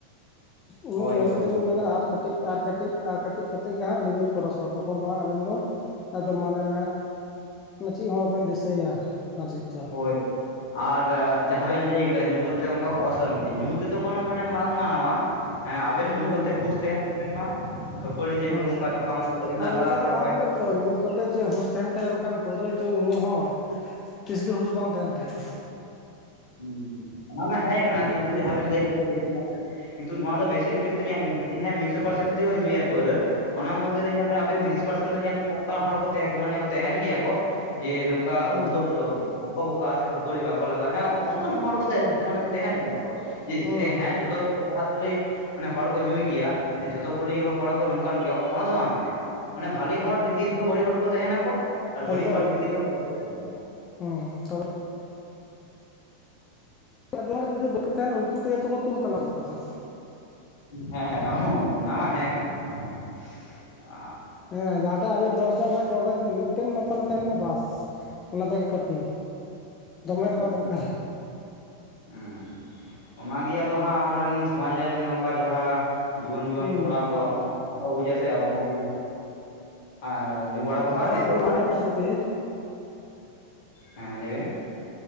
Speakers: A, on the left; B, on the left.
A: ᱩᱱᱟᱹᱜ
B: ᱦᱳᱭ
A: ᱦᱟᱹᱵᱤᱡ
B: ᱦᱳᱭ
A: ᱫᱚᱵᱮᱱ
B: ᱦᱳᱭ
A: ᱢᱮᱱᱟ ᱟᱨ ᱠᱟᱹᱴᱤᱡ ᱟᱨ ᱠᱟᱹᱴ ᱠᱟᱹᱴᱤᱡ ᱟᱨ ᱠᱟᱹᱴᱤᱡ ᱠᱟᱛᱮᱫ ᱜᱮ ᱦᱟᱸᱜ ᱞᱤᱢᱤᱴ ᱠᱚ ᱠᱚᱨᱚᱥᱚᱜᱼᱟ ᱛᱚᱠᱷᱚᱱ ᱫᱚ ᱦᱟᱸᱜ ᱟᱵᱮᱱ ᱫᱚ ᱮᱠᱫᱚᱢ ᱢᱟᱱᱮ ᱢᱟᱱᱮ ᱪᱮᱫ ᱦᱚᱸᱵᱟᱵᱮᱱ ᱫᱤᱥᱟᱹᱭᱟ ᱟᱨ ᱪᱮᱫ ᱪᱚᱝ
B: ᱦᱳᱭ ᱟᱨ ᱡᱟᱦᱟᱸ ᱵᱮᱱ ᱞᱟᱹᱭ ᱠᱮᱫᱟ ᱧᱩ ᱠᱟᱛᱮᱫ ᱚᱱᱠᱟ ᱚᱥᱟᱱᱛᱤ ᱧᱩ ᱛᱮᱫᱚ ᱠᱳᱱᱳ ᱢᱟᱱᱮ ᱵᱟᱝ ᱢᱟᱱᱟᱣᱟ ᱦᱮᱸ ᱟᱵᱮᱱ ᱧᱩ
A: ᱦᱩᱸ
B: ᱠᱟᱛᱮ ᱦᱩᱸᱥ ᱛᱟᱦᱮᱱ ᱛᱟᱵᱮᱱ ᱢᱟ ᱠᱷᱟᱹᱯᱟᱹᱨᱤ ᱡᱮ
A: ᱦᱩᱸ
B: ᱱᱚᱠᱟ ᱛᱟᱯᱟᱢ ᱠᱚᱵᱮᱱ ᱞᱟᱜᱟᱜᱼᱟ
A: ᱟᱨ ᱚᱱᱠᱟ ᱫᱚ
B: ᱚᱠᱚᱭ
A: ᱵᱟᱝ
B: ᱦᱚᱸᱥᱮ
A: ᱦᱩᱭᱩᱜᱼᱟ ᱛᱚ ᱧᱩ ᱠᱟᱛᱮᱫ ᱡᱮ ᱦᱩᱸᱥ ᱛᱟᱦᱮᱱ ᱛᱟᱭᱟ ᱚᱝᱠᱟᱱ ᱯᱟᱹᱣᱨᱟᱹ ᱡᱮ ᱧᱩ ᱦᱚᱲ ᱛᱤᱥᱜᱮ ᱦᱩᱸᱥ ᱵᱟᱝ ᱛᱟᱦᱮᱱ ᱛᱟᱭᱟ
B: ᱦᱩᱸ ᱚᱱᱟ ᱢᱟ ᱦᱮᱸ ᱠᱟᱱᱟ ᱠᱤᱱᱛᱩ ᱡᱟᱦᱟᱸ ᱵᱮᱱ ᱞᱟᱹᱭ ᱛᱤᱥ ᱜᱮ ᱵᱟᱝ ᱠᱟᱱᱟ ᱠᱤᱱᱛᱩ ᱱᱚᱣᱟ ᱫᱚ ᱵᱮᱥᱤᱨ ᱠᱷᱮᱛᱨᱮ ᱧᱮᱞ ᱢᱮ ᱢᱤᱫᱥᱚ ᱯᱟᱨᱥᱮᱱ ᱠᱚ ᱧᱩᱭᱟ ᱯᱟᱹᱨᱣᱟᱹ ᱚᱱᱟ ᱢᱚᱫᱽᱫᱷᱮ ᱨᱮ ᱧᱮᱞ ᱟᱵᱮᱱ
A: ᱦᱩᱸ
B: ᱛᱤᱨᱤᱥ ᱯᱟᱨᱥᱮᱱ ᱫᱚ ᱧᱮᱞ ᱚᱱᱠᱟᱱ ᱦᱚᱲ ᱠᱚ ᱛᱮᱦᱮᱸ ᱢᱟᱱᱮ ᱠᱚ ᱛᱮᱦᱮᱱ ᱜᱮᱭᱟ ᱠᱚ ᱡᱮ ᱱᱚᱝᱠᱟ ᱟᱹᱞᱛᱩ
A: ᱦᱩᱸ
B: ᱵᱟᱹᱞᱛᱩ ᱵᱟᱠᱚ ᱵᱚᱠᱟᱜᱼᱟ ᱥᱮ ᱠᱷᱟᱹᱯᱟᱹᱨᱤ ᱵᱟᱠᱚ ᱞᱟᱜᱟᱜᱼᱟ ᱦᱮᱸ ᱚᱝᱠᱟᱱ ᱠᱚ ᱦᱚᱲ ᱠᱚ ᱛᱮ
A: ᱦᱩᱸ
B: ᱛᱮᱦᱮᱱᱟ ᱠᱚ ᱛᱟᱦᱮᱱ ᱜᱮᱭᱟ ᱠᱚ ᱡᱮ
A: ᱦᱩᱸ
B: ᱥᱮ ᱦᱮᱸ ᱡᱚᱛᱚ ᱠᱚ ᱡᱟᱦᱟᱸ <unintelligible> ᱢᱟᱱᱮ ᱦᱚᱲ ᱠᱚ ᱧᱩᱭ ᱜᱮᱭᱟ ᱡᱷᱚᱛᱚ ᱠᱩᱞᱤ ᱦᱚᱲ ᱠᱚ ᱱᱚᱝᱠᱟᱱ ᱜᱮᱭᱟ ᱚᱱᱟ ᱫᱚ ᱵᱟᱝ ᱠᱟᱱᱟ ᱢᱟᱱᱮ ᱵᱷᱟᱞᱮ ᱦᱚᱲ ᱵᱷᱤᱛᱤᱨ ᱨᱮ ᱦᱚᱸ ᱵᱟᱹᱲᱤᱡ ᱦᱚᱲ ᱠᱚ ᱛᱟᱦᱮᱱᱟᱠᱚ ᱟᱨ ᱵᱟᱹᱲᱤᱡ
A: ᱮᱠᱫᱚᱢ
B: ᱦᱚᱲ ᱵᱷᱤᱛᱤᱨ ᱨᱮ ᱦᱚᱸ ᱵᱷᱟᱞᱤ ᱦᱚᱲ ᱛᱟᱦᱮᱸᱱᱟᱠᱚ
A: ᱦᱩᱸ ᱛᱚᱵᱮ ᱡᱚᱢ ᱦᱚᱲ ᱨᱮ ᱡᱩᱫᱤ ᱵᱟᱠᱚ ᱛᱟᱦᱮᱱᱟ ᱩᱱᱠᱩ ᱛᱮᱜᱮ ᱛᱚᱠᱚ ᱛᱩᱞ ᱠᱟᱞᱟ ᱜᱚᱫ ᱠᱟᱜᱼᱟ
B: ᱦᱮᱸ ᱦᱮᱸ ᱚᱱᱟ ᱦᱮᱸ ᱠᱟᱱᱟ, ᱚ
A: ᱦᱮᱸ ᱡᱟᱦᱟᱸᱴᱮᱜ ᱟᱵᱮᱱ ᱫᱚᱥ ᱡᱚᱱ ᱦᱮᱱᱟᱜ ᱠᱚᱣᱟ ᱚᱸᱰᱮ ᱡᱩᱫᱤ ᱢᱤᱫᱴᱮᱱ ᱢᱟᱛᱟᱞᱮ ᱛᱟᱦᱮᱱ ᱢᱟ ᱵᱟᱥ ᱚᱱᱟ ᱛᱮᱜᱮ ᱠᱟᱹᱯᱷᱤ ᱫᱚᱢᱮ
B: ᱦᱩᱸ
A: ᱫᱚ ᱵᱟᱭ ᱫᱚᱨᱠᱟᱨᱟ
B: ᱦᱩᱸ ᱦᱩᱸ, ᱦᱩᱸ ᱚᱱᱟᱜᱮ ᱟᱫᱚ ᱦᱟᱸᱜ ᱟᱵᱚᱨᱮᱱ ᱥᱚᱢᱟᱡᱽ ᱨᱮᱱ ᱱᱚᱝᱠᱟ ᱡᱟᱦᱟᱸ ᱡᱩᱣᱟᱹᱱ ᱡᱩᱣᱟᱹᱱ
A: ᱦᱩᱸ
B: ᱠᱚᱲᱟ ᱠᱚ ᱵᱟᱠᱚ ᱵᱩᱡᱟ ᱥᱮ ᱟᱫᱚ ᱚᱱᱟᱜᱮ ᱦᱮᱸ ᱧᱩ ᱵᱟᱲᱟ ᱫᱚ ᱦᱟᱸᱜ
A: ᱱᱚᱣᱟ
B: ᱱᱤᱛᱚᱜ
A: ᱟᱹᱵᱤᱱ
B: ᱢᱟᱱᱮ
A: ᱧᱮᱞᱚᱜᱼᱟ ᱡᱩᱫᱤ
B: ᱦᱮᱸ ᱞᱟᱹᱭ ᱵᱮᱱ